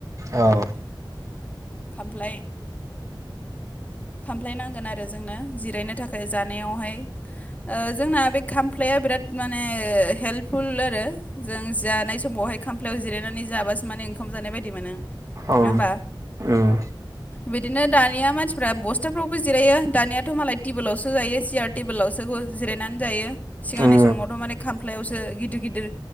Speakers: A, on the right; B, on the left.
A: औ
B: खामफ्लाय खामफ्लाय नांगोन आरो जोंनो जिरायनो थाखाय जानायावहाय ओ जोंना बे खामफ्लाया बिराद माने हेल्पफुल आरो जों जानाय समावहाय खामफ्लायाव जिरायनानै जाबासो माने ओंखाम जानाय बायदि मोनो। नङा
A: औ‌
B: होमबा
A: उम
B: बिदिनो दानिया मानसिफ्रा बसथाफ्रावबो जिरायो दानियाथ' मालाय टेबोलावसो जायो सियार टेबोलावसो जिरायनानै जायो सिगांनि
A: उम
B: समावथ' माने खाम फ्लायावसो गिदिर गिदिर